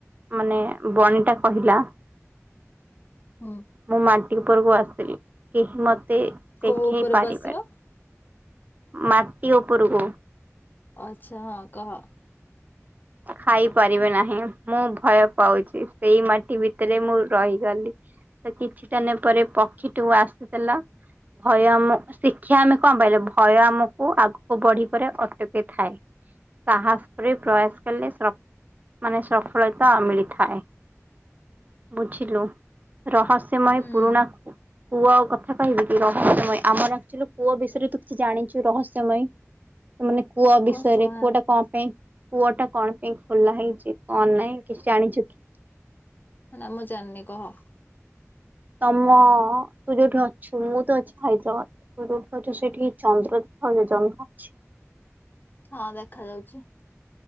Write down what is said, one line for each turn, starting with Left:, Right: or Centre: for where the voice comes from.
Right: ମାନେ ବଣି ଟା କହିଲା
Left: ହୁଁ।
Right: ମୁଁ ମାଟି ଉପରକୁ ଆସିଲି କେହି ମତେ
Left: କୋଉ
Right: ଦେଖେଇ
Left: ଉପରକୁ
Right: ପାରିବେନି।
Left: ଆସିବ
Right: ମାଟି ଉପରକୁ
Left: ଆଚ୍ଛା ହଁ କହ?
Right: ଖାଇପାରିବେ ନାହିଁ ମୁଁ ଭୟ ପାଉଛି ସେଇ ମାଟି ଭିତରେ ମୁଁ ରହିଗଲି। ତ କିଛିଟା ନେ ପରେ ପକ୍ଷୀ ଟୁ ଆସୁଥିଲା ଭୟ ଶିକ୍ଷା ଆମେ କଣ ପାଇଲେ ଭୟ ଆମକୁ ଆଗକୁ ବଢ଼ିବାରେ ଅଟକିଥାଏ। ସାହସରେ ପ୍ରୟାସ କଲେ ମାନେ ସଫଳତା ମିଳିଥାଏ। ବୁଝିଲୁ ରହସ୍ୟମୟ
Left: ହୁଁ
Right: ପୁରୁଣାକୁ କୁଅ କଥା କହିବି କି ରହସ୍ୟମୟ ଆମରଚୁଆ କୁଅ ବିଷୟରେ ତୁ କିଛି ଜାଣିଛୁ ରହସ୍ୟମୟ? ସୋନେ କୁହ
Left: କଣ ଶୁଣା
Right: ରେ କୁଅ ଟା କଣ ପାଇଁ କୁଅ ଟା କଣ ପାଇଁ ଖୋଲା ହେଇଛି କଣ ନାହିଁ କିଛି ଜାଣିଛୁ କି?
Left: ନା ମୁଁ ଜାଣିନି କହ?
Right: ତମ ତୁ ଯୋଉଠି ଅଛୁ ମୁଁ ତ ଅଛି ହାଇଦ୍ରାବାଦ। ତୁ ଯେଉଁଠି ଅଛୁ ସେଇଠି ଚନ୍ଦ୍ର ଜନ୍ମ ହଛି?
Left: ହଁ ଦେଖା ଯାଉଛି।